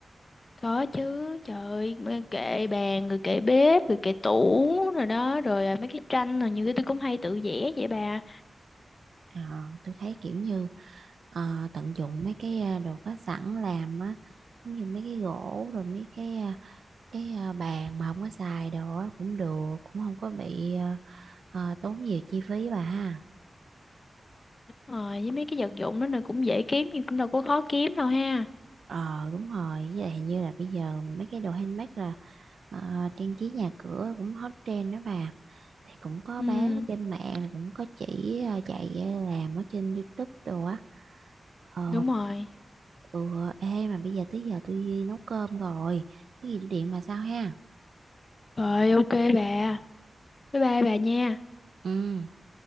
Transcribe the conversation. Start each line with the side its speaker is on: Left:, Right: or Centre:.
Left: có chứ. Trời ơi, mấy kệ bàn, rồi kệ bếp, rồi kệ tủ rồi đó, rồi à, mấy cái tranh rồi nhiều cái tôi cũng hay tự vẽ vậy bà.
Right: ờ tôi thấy kiểu như ờ, tận dụng mấy cái à, đồ có sẵn làm á giống như mấy cái gỗ rồi mấy cái à, cái à, bàn mà không có xài đồ á cũng được cũng không có bị à, ờ, tốn nhiều chi phí bà ha
Left: Ờ, với mấy cái vật dụng đó là cũng dễ kiếm nhưng cũng đâu có khó kiếm đâu ha.
Right: ờ đúng rồi với lại hình như là bây giờ mấy cái đồ handmade là Ờ, trang trí nhà cửa cũng hot trend đó bà thì cũng có
Left: Ừ,
Right: bán ở trên mạng là cũng có chỉ ờ, dạy ờ, làm ở trên YouTube đồ á ờ
Left: đúng rồi.
Right: ừ ê mà bây giờ tới giờ tôi đi nấu cơm rồi cái gì tôi điện bà sao ha
Left: Rồi ok bà. Bye bye bà nha.
Right: ừ